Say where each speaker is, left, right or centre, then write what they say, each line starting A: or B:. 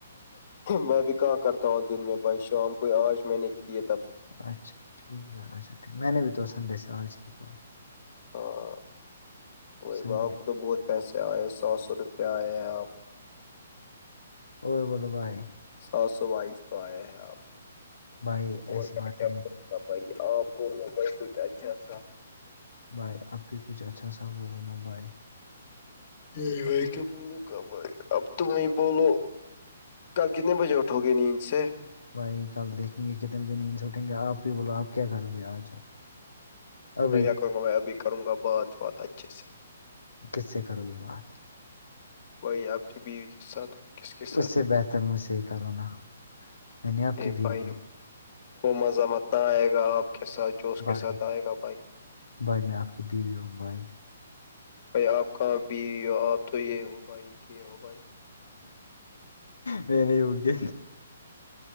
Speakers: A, on the left; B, on the left.
A: میں بھی کہ کرتا ہوں دن میں بھائی شام کوئی آج میں نے کے تھ
B: اچھاٹھیکچھا میں نے بھی تو سنڈے سے آج کی کال
A: ہاں وہی
B: سنڈے
A: ب آپ کو تو بہت پیسے آئے ہیں سو سو روپے آئے ہیں آپ
B: اور بولو بھائی
A: سات سو بائیس تو آئے ہیں آپ کو
B: بھائی
A: اور
B: ایسی
A: میں
B: باتیں
A: کیا
B: نہیں
A: کروں گا بھائی آپ بولو بھائی کچھ اچھا سا
B: بھائی آپ بھی کچھ اچھا سا بولو نا بھائی
A: نہیں بھائی کیا بولو گ بھائی اب تم نہیں بولو کل کتنے بجے اٹھو گے نیند سے
B: بھائی کل دیکھیں گے کتنے بجے نیند سے اٹھیں گے آپ بھی بولو آپ کیا کرو گے آج آپ ابھی
A: میں کیا کروں گا میں ابھی کروں گا بات بات اچھے سے
B: کس سے کرو گے بات
A: وہ آب کے ب وک ساتھ کس کے ساتھ
B: اس سے بہتر مجھ سے ہی کرو نا میں نے آپ
A: نہیں
B: کی بھیڑ
A: بھائی
B: ل
A: وہ مزامت نہ آئے گا آپ کے ساتھ جوش کے
B: بھائی
A: ساتھ آئے گا بھائی
B: بھائی میں آپ کی بیوی ہوں بائی
A: بھائی آپ کا بھی آپ تو یہ ہو بھائی یہ ہو بھائی
B: میں نہیں اگی